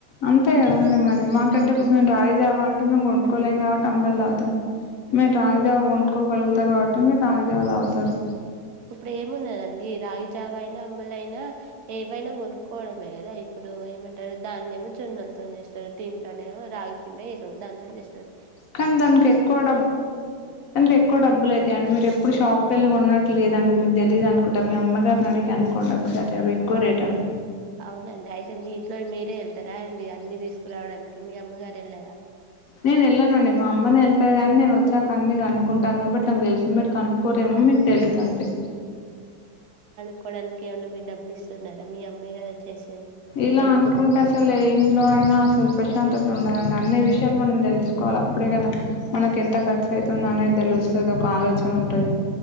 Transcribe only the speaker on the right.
ఇప్పుడు
ఇప్పుడు ఏమున్నదండి రాగిజావ అయినా అంబల్ అయినా ఏవైనా వనుక్కోవడమే గదా ఇప్పుడు ఏమంటరు దాన్నీ ఏమో జొన్నల్తోని జేస్తరు దీన్నేమొ రాగి పిండి ఏదో దానితోని జేస్తరు
అవునండి అయితే మీ ఇంట్లో మీరే వెళ్తారా అండి అన్ని తీసుకురావడానికి మీ అమ్మగారు వెళ్ళారా
క్కోవడానికి ఏమన్నా మీరు డబ్బులిస్తున్నారా మీ అమ్మే కదా చేసేది మీకెందుకు